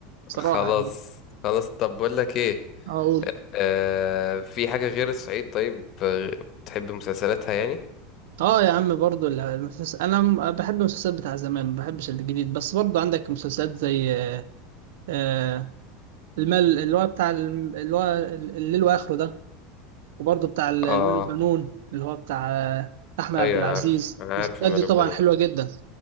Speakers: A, on the right (about 70°); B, on the left (about 50°).
A: بصراحة
B: خلاص
A: يعني
B: خلاص طب بقول لك ايه
A: أقول
B: آه في حاجة غير الصعيد طيب آه، بتحب مسلسلاتها يعني
A: اه يا عم برضو ال- المسلسل انا م- بحب المسلسلات بتاع زمان ما بحبش الجديد بس برضو عندك مسلسلات زي آه، آه، المال اللي هو بتاع الم- اللي هو الليل واخره ده وبرضو بتاع ال- المال
B: اه
A: والبنون اللي هو بتاع آه، احمد
B: ايوه
A: عبد العزيز
B: انا عارف انا
A: المسلسلات
B: عارف مال
A: دي طبعا
B: البنون
A: حلوة جدا